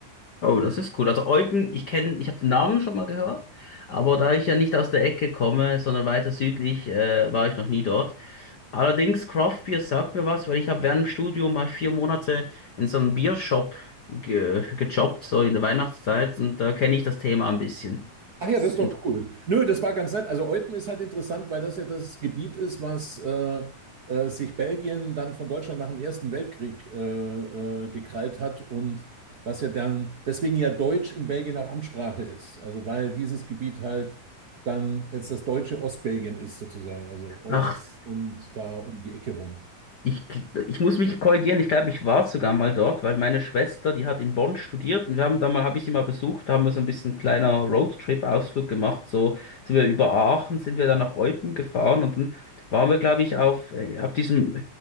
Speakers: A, on the left; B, on the right.
A: Oh, das ist cool. Also Eupen, ich kenne, ich habe den Namen schon mal gehört, aber da ich ja nicht aus der Ecke komme, sondern weiter südlich, äh, war ich noch nie dort. Allerdings, Craftbier sagt mir was, weil ich habe während dem Studium mal vier Monate in so einem Biershop ge gejobbt, so in der Weihnachtszeit, und da kenne ich das Thema ein bisschen.
B: Ach ja,
A: Das
B: das
A: ist
B: ist
A: inter-
B: doch cool. Nö, das war ganz nett. Also Eupen ist halt interessant, weil das ja das Gebiet ist, was äh, äh, sich Belgien dann von Deutschland nach dem Ersten Weltkrieg äh, äh, gekrallt hat und was ja dann, deswegen ja Deutsch in Belgien auch Amtssprache ist. Also weil dieses Gebiet halt dann jetzt das deutsche Ostbelgien ist sozusagen. Also Eupen
A: Ach,
B: und da um die Ecke rum.
A: ich, ich muss mich korrigieren, ich glaube, ich war sogar mal dort, weil meine Schwester, die hat in Bonn studiert und wir haben da mal, habe ich sie mal besucht, da haben wir so ein bisschen kleiner Roadtrip-Ausflug gemacht, so sind wir über Aachen, sind wir dann nach Eupen gefahren und dann waren wir, glaube ich, auf, äh, auf diesem